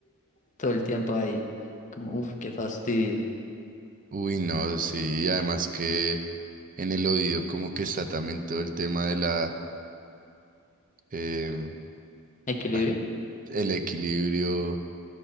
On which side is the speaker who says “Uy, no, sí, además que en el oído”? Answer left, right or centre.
Right